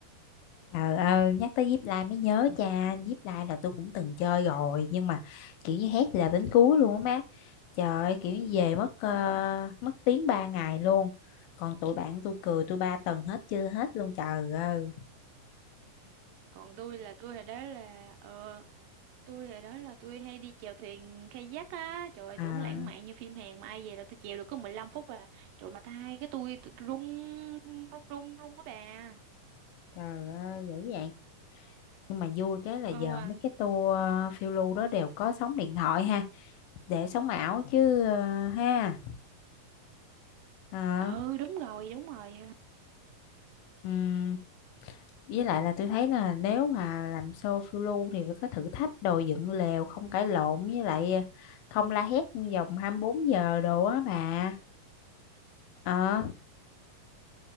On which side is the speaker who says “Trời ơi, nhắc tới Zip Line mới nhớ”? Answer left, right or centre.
Left